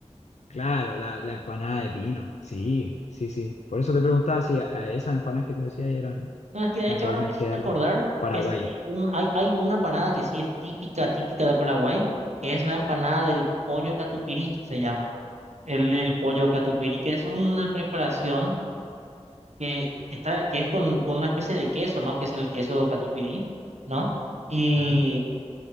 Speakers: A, on the left (about 75°); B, on the right (about 70°).
A: claro, la, la empanada de pino, sí, sí, sí. Por eso te preguntaba si a, a esas empanadas que tú decías eran
B: No, es que de
A: eran
B: hecho
A: realmente
B: ahora me hiciste
A: algo
B: acordar
A: paraguayo.
B: que sí hay, un, hay, hay una empanada que sí es típica, típica de Paraguay, que es la empanada del pollo catupirí, se llama. El, el pollo catupirí, que es una preparación que, que está, que es con, con una especie de queso, ¿no? Que es el queso catupirí, ¿no? Y,
A: Ah,